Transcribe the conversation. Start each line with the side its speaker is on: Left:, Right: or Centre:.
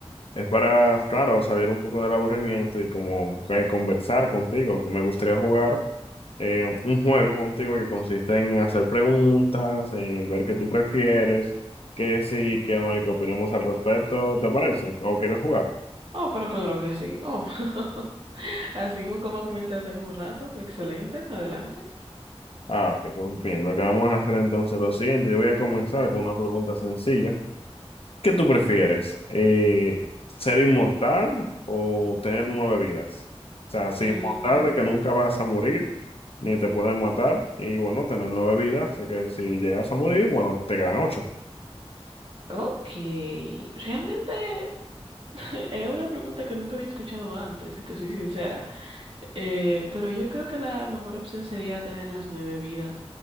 Left: es para, claro, salir un poco del aburrimiento y como eh, conversar contigo. Y me gustaría jugar eh, un juego contigo que consiste en hacer preguntas, en ver qué tú prefieres, qué sí, qué no y qué opinamos al respecto. ¿Te parece? ¿O quieres jugar?
Right: Oh, pero claro que sí. Oh, <laughs> así como comenté, tengo un rato. Excelente, adelante.
Left: Ah, ok, pues bien. Lo que vamos a hacer entonces es lo siguiente. Yo voy a comenzar con una pregunta sencilla. ¿Qué tú prefieres? Eh, ¿ser inmortal o tener nueve vidas? O sea, ser
Right: Mm,
Left: inmortal de que nunca vas a morir, ni te pueden matar, y bueno, tener nueve vidas, así que si llegas a morir, bueno, te quedan ocho.
Right: ok, realmente. <laughs> Es una pregunta que nunca había escuchado antes, si te soy sincera. Eh, pero yo creo que la mejor opción sería tener las nueve vidas,